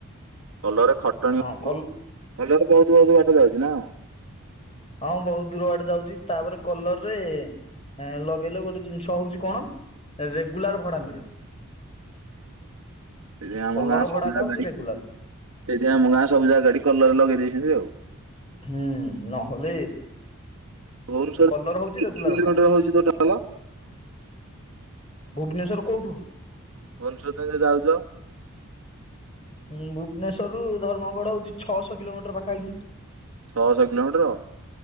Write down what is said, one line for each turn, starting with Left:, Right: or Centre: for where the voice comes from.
Right: କଲର ଖଟଣି
Left: ହଁ କଲ
Right: କଲର ବହୁତ ବହୁତ ବାଟ ଯାଉଛି ନା କଣ?
Left: ହଁ ବହୁତ ଦୂର ଆଡେ ଯାଉଛି ତାପରେ କଲର ରେ ଏ ଲଗେଇଲେ ଗୋଟେ ଜିନିଷ ହଉଛି କଣ ରେଗୁଲାର ଭଡା ମିଳିବ।
Right: ସେଇଥିପାଇଁ ଆମ
Left: କଲର
Right: ଗାଁ ସବୁ
Left: ଭଡା
Right: ଜାଗା
Left: ଟା ହଉଛି
Right: ଗାଡି
Left: ରେଗୁଲାର।
Right: ସେଇଥିପାଇଁ ଆମ ଗାଁ ସବୁ ଜାଗାଠି କଲର ଲଗେଇ ଦେଇଛନ୍ତି ଆଉ।
Left: ହୁଁ ନହେଲେ
Right: ଭୁବନେଶ୍ୱର
Left: କଲର
Right: କେତେ
Left: ହଉଛି ରେଗୁଲାର
Right: କିଲୋମିଟର
Left: ଭଡ଼ା।
Right: ହଉଛି ତୋ ଟାଲ
Left: ଭୁବନେଶ୍ଵର କୋଉଠୁ?
Right: ଭୁବନେଶ୍ୱର ତାହେଲେ ଯାଉଛ।
Left: ଉଁ ଭୁବନେଶ୍ୱର ରୁ ଧର୍ମଗଡ଼ ହଉଛି ଛଅଶହ କିଲୋମିଟର ପାଖାପାଖି।
Right: ଛଅ ଶହ କିଲୋମିଟର?